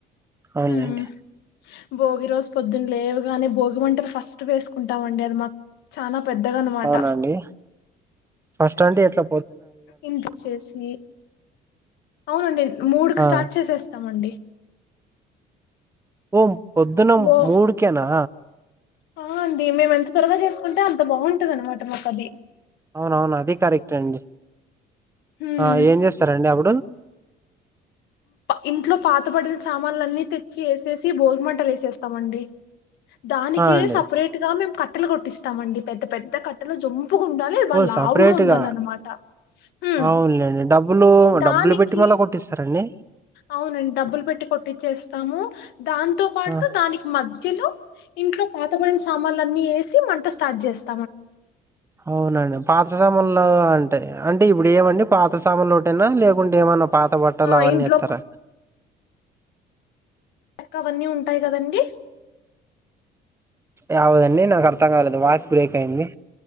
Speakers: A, on the right; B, on the left.
A: అవున్
B: హ్మ్
A: లేండి
B: భోగి రోజు పొద్దున లేవగానే భోగిమంటలు ఫస్ట్ వేసుకుంటామండి అది మాకు చానా పెద్దదనమాట
A: అవునండి ఫస్ట్ అంటే ఎట్ల
B: ఇంటి వచ్చేసి అవునండి మూడుకి
A: ఆ
B: స్టార్ట్ చేసేస్తామండి
A: ఓమ్ పొద్దున
B: బో
A: మూడుకేనా
B: ఆ అండి మేము ఎంత త్వరగా చేసుకుంటే అంత బాగుంటది అనమాట మాకు అది
A: అవునవును అది కరెక్టేఅండి
B: హ్మ్
A: ఆ ఏం జెస్తారండి అబ్బుడు
B: ఇంట్లో పాతబడిల సామాన్లు అన్నీ తెచ్చి ఏసేసి భోగిమంటలు ఏసేస్తామండి దానికే
A: ఆ అండి
B: సపరేట్ గా మేం కట్టెలు కొట్టిస్తామండి పెద్ద పెద్ద కట్టె లు జొంపుగుండాలి బా
A: ఓ
B: లావుగా
A: సపరేట్
B: ఉండాలనమాట
A: గా
B: హ్మ్.
A: అవునులేండి డబ్బులు
B: దానికి
A: డబ్బులు పెట్టి మళ్ళా కొట్టిస్తారండి
B: అవునండి డబ్బులు పెట్టి కొట్టిచేస్తాము దాంతో పాటు
A: ఆ
B: దానికి మధ్యలో ఇంట్లో పాత పడిన సామాన్లు అన్నీ వేసి మంట స్టార్ట్ చేస్తా
A: అవునండి పాత సామాన్లు అంటే ఇప్పుడు ఏమండి పాత సామాలోటేనా లేకుంటే ఏమన్నా పాత బట్టలు
B: ఆ!
A: అవన్నీ
B: ఇంట్లో
A: వేస్తారా
B: ఎక్క అవన్నీ ఉంటాయి కదండీ
A: యావదండి నా అర్థం కాలేదు వాయిస్ బ్రేక్ అయింది